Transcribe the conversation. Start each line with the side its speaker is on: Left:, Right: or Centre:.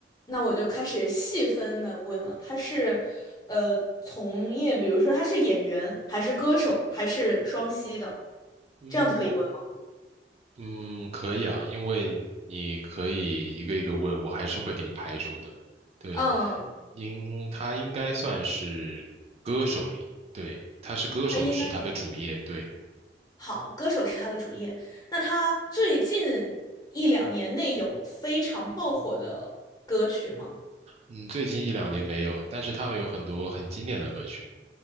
Left: 那我就开始细分的问了，他是，呃，从业，比如说他是演员，还是歌手，还是双栖的，
Right: 嗯，
Left: 这样子可以问吗？
Right: 我嗯，可以啊，因为你可以一个一个问，我还是会给你排除的。对，
Left: 嗯，
Right: 应他应该算是歌手，对，他是歌手是他的主业，
Left: 他应该
Right: 对，
Left: 好，歌手是他的主业。那他最近一两年内有非常爆火的歌曲吗？
Right: 嗯，最近一两年没有，但是他有很多很经典的歌曲，